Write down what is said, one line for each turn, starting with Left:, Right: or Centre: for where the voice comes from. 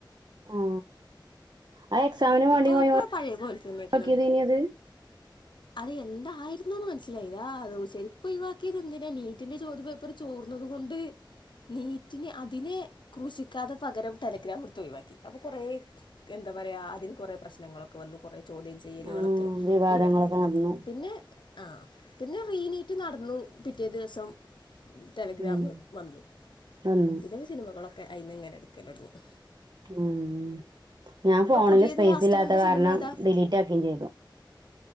Right: <unintelligible> ആ ആ എക്സാമിനന് വേണ്ടി
Left: ഇപ്പൊ
Right: <unintelligible>
Left: ഇപ്പൊ പഴയ പോലെ തന്നെക്കണ്
Right: ക്കിയത് ഇനി അത്
Left: അത് എന്തായിരുന്നുന്ന് മനസ്സിലായില്ല ആ ചെലപ്പോ ഓയിവാക്കിയത് എന്തിനാ നീറ്റിന്റെ ചോദ്യം പേപ്പർ ചോർ എന്നത കൊണ്ട് നീറ്റിന് അതിനെ കുശിക്കാതെ പകരം ടെലഗ്രാം എടുത്ത് ഒഴിവാക്കി അപ്പൊ കൊറെ എന്താ എന്താ പറയാ അതിന് കൊറെ പ്രശ്നങ്ങളൊക്കെ വന്നു കുറേ ചോദ്യം ചെയ്യലുകളൊക്കെ
Right: ആഹ് വിവാദങ്ങളൊക്കെ
Left: ഉയർന്നിരുന്നു
Right: നടന്നു
Left: പിന്നെ ആഹ പിന്നെ റീനീറ്റ് നടന്നു പിറ്റേ ദിവസം ടെലിഗ്രാമ്
Right: ഉം
Left: വന്നു
Right: വന്നു
Left: പിന്നെ സിനിമകളൊക്കെ അയിനി എങ്ങനെ എടുക്കൽ തുടങ്ങി
Right: ഉം ഞാൻ
Left: ഇപ്പൊ
Right: ഫോണില്
Left: പുതിയത്
Right: സ്പേസ്
Left: ലാസ്റ്റ്
Right: ഇല്ലാത്ത
Left: കണ്ട
Right: കാരണം
Left: സിനിമ ഏതാ
Right: ഡിലീറ്റ് ആക്കുകയും ചെയ്തു